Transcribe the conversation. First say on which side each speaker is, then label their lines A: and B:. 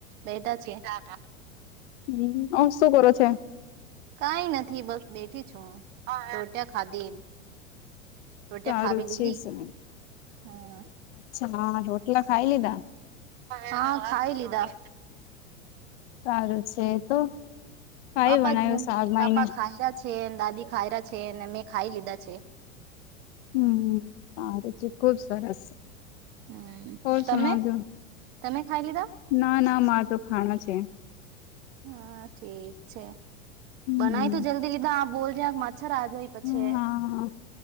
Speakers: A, on the right; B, on the left.
A: બેટા છે હા
B: હમ અ શું કરો છે?
A: કઈ નથી બસ બેઠી છું હું રોટ્યા ખાધી રોટિયા
B: સારું
A: ખાવી લીધી
B: છે સારું
A: હમ
B: અચ્છા રોટલા ખાઈ લીધા
A: હા ખાય લિદા
B: સારું છે તો કઈ
A: પાપા
B: વણાયું
A: જેમ
B: શાકભાઈને
A: પાપા ખાઈ રહ્યા છેને દાદી ખાઈ રહ્યા છેને મેં ખાઈ લીધા છે.
B: હમ સારું છે ખુબ સરસ
A: હમ
B: ઓર
A: તમે
B: સુણાવજો
A: તમે ખાય લીધા
B: ના ના મારે તો ખાણા છે.
A: હા ઠીક છે
B: હમ
A: બનાય તું જલ્દી લીધા આ બોલ જ અ્છ રા જોય પછી
B: હા